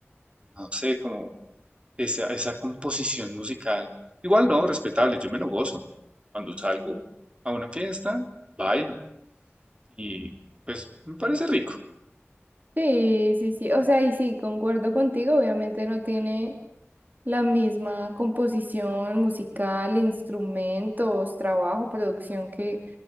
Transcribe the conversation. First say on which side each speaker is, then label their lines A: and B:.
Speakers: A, on the right; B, on the right.
A: no sé, como esa, esa composición musical. Igual no, respetable, yo me lo gozo. Cuando salgo a una fiesta, bailo. Y pues me parece rico.
B: Sí, sí, sí. O sea, y sí, concuerdo contigo. Obviamente no tiene la misma composición musical, instrumentos, trabajo, producción que,